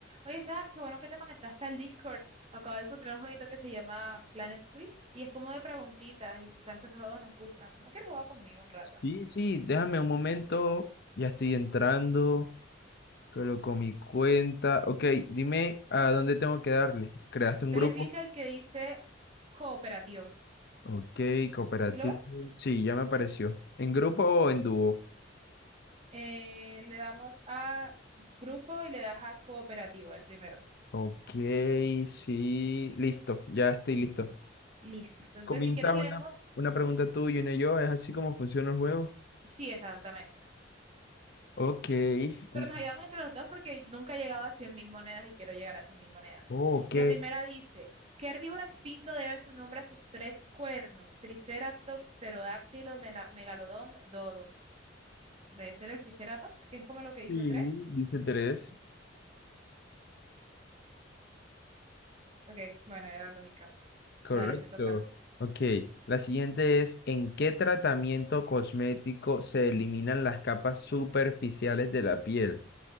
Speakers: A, on the right (about 35°); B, on the left (about 55°).
A: Oye, sabes qué bueno que te conectaste al Discord. Acabo de encontrar un jueguito que se llama Planet Quiz y es como de preguntitas y tú sabes que esos juegos nos gustan. ¿No quieres jugar conmigo un rato?
B: Sí, sí, déjame un momento, ya estoy entrando, coloco mi cuenta. Ok, dime a dónde tengo que darle. ¿Creaste un
A: Dale
B: grupo?
A: clic al que dice cooperativo.
B: Ok, cooperativo.
A: ¿Sí lo ves?
B: Sí, ya me apareció. ¿En grupo o en dúo?
A: Eh, le damos a grupo y le das a cooperativo, el primero.
B: Ok, sí, listo, ya estoy listo.
A: Listo. Entonces,
B: Comienza
A: si quieres, leemos.
B: una, una pregunta tú y una yo, ¿es así como funciona el juego?
A: Sí, exactamente.
B: Ok, en-
A: Pero nos ayudamos entre los dos porque nunca he llegado a 100.000 monedas y quiero llegar a 100.000 monedas.
B: oh, ok.
A: La primera dice, ¿qué herbívoro extinto debe su nombre a sus tres cuernos? Triceratops, pterodáctilo, mela- megalodón, dodo. Debe ser el Triceratops, que es como lo que dice
B: Sí,
A: tres.
B: dice tres.
A: Ok, bueno, era lógica.
B: Correcto.
A: Dale, te toca.
B: Ok, la siguiente es, ¿en qué tratamiento cosmético se eliminan las capas superficiales de la piel?